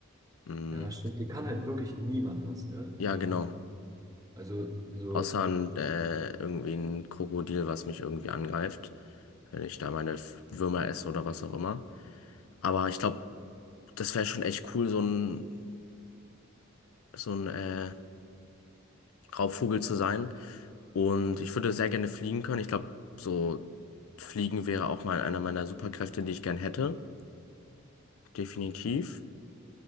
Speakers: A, on the left (about 75°); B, on the right (about 15°).
A: Mm,
B: Ja, stimmt, dir kann halt wirklich niemand was, ne?
A: ja,
B: Niemand.
A: genau.
B: Also, so,
A: Außer ein, äh, irgendwie ein Krokodil, was mich irgendwie angreift, wenn ich da meine F- Würmer esse oder was auch immer. Aber ich glaube, das wäre schon echt cool, so ein, so ein äh, Raubvogel zu sein. Und ich würde sehr gerne fliegen können. Ich glaube, so fliegen wäre auch mal einer meiner Superkräfte, die ich gern hätte. Definitiv.